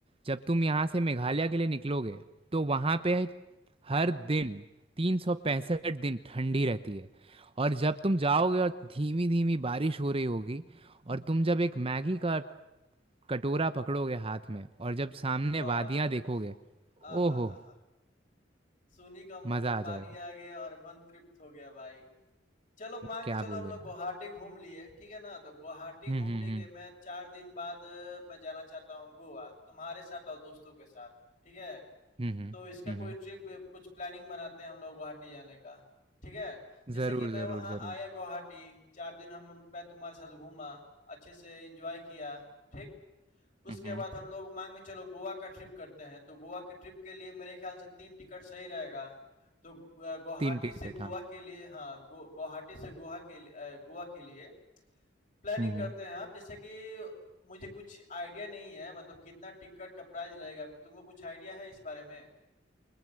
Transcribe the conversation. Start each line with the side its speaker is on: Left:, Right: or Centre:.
Right: जब तुम यहाँ से मेघालय के लिए निकलोगे तो वहाँ पे हर दिन तीन सौ पैंसठ दिन ठंडी रहती है और जब तुम जाओगे और धीमी धीमी बारिश हो रही होगी और तुम जब एक मैगी का कटोरा पकड़ोगे हाथ में और जब सामने
Left: वाह,
Right: वादियां
Left: वाह!
Right: देखोगे ओहो
Left: आहाहाहा! सूनी का मुँह
Right: मजा
Left: में पानी
Right: आ जाएगा
Left: आ गया और मन तृप्त हो गया भाई। चलो मान
Right: क्या
Left: के चलो
Right: बोलो
Left: हम लोग
Right: यार
Left: गुवाहाटी घूम लिए, ठीक है ना? तो गुवाहाटी
Right: हम्म
Left: घूमने
Right: हम्म
Left: के
Right: हम्म
Left: मैं 4 दिन बाद अ, मैं जाना चाहता हूँ गोवा, तुम्हारे साथ और दोस्तों के साथ, ठीक है?
Right: हम्म हम्म
Left: तो इसका
Right: हम्म,
Left: कोई
Right: हम्म,
Left: ट्रिप कुछ प्लानिंग बनाते हैं हम लोग गुवाहाटी जाने का, ठीक है? जैसे
Right: जरूर
Left: कि मैं
Right: जरूर
Left: वहाँ
Right: जरूर
Left: आया गुवाहाटी, 4 दिन हम मैं तुम्हारे साथ घूमा, अच्छे से एन्जॉय किया, ठीक? उसके
Right: हम्म हम्म,
Left: बाद हम लोग मान के चलो गोवा का ट्रिप करते हैं तो गोवा के ट्रिप के लिए मेरे ख्याल से तीन टिकट सही रहेगा तो अ, गुवाहाटी
Right: तीन टिकट
Left: से गोवा
Right: हाँ
Left: के लिए हाँ गो गुवाहाटी से गोवा के लिए अ, गोवा के लिए प्लानिंग
Right: हम्म
Left: करते
Right: हम्म।
Left: हैं आप जैसे कि मुझे कुछ आइडिया नहीं है मतलब कितना टिकट का प्राइस लगेगा कु- तुमको कुछ आइडिया है इस बारे में